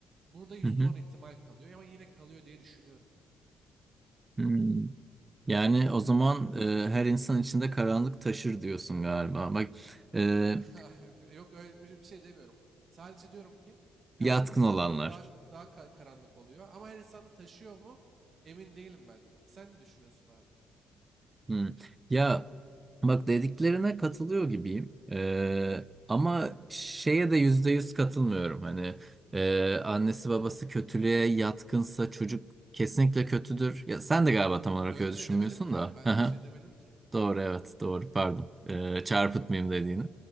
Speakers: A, on the right; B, on the right.
A: Burada yüzde
B: Hı hı.
A: on ihtimal kalıyor ama yine kalıyor diye düşünüyorum ben.
B: Hmm. Yani o zaman e, her insan içinde karanlık taşır diyorsun galiba. Bak, e,
A: <laughs> Yok öyle bir şey demiyorum. Sadece diyorum ki karanlık
B: yatkın
A: insanların
B: olanlar.
A: daha daha ka- karanlık oluyor ama her insan da taşıyor mu emin değilim ben de. Sen ne düşünüyorsun abi?
B: Hmm. Ya Bak dediklerine katılıyor gibiyim. Ee, ama şeye de yüzde yüz katılmıyorum. Hani e, annesi babası kötülüğe yatkınsa çocuk kesinlikle kötüdür. Ya sen de galiba tam olarak
A: Öyle
B: öyle
A: bir
B: düşünmüyorsun
A: şey demedim ki
B: da.
A: abi. Ben
B: <laughs>
A: öyle bir şey demedim ki.
B: Doğru evet doğru pardon Ee, çarpıtmayayım dediğini.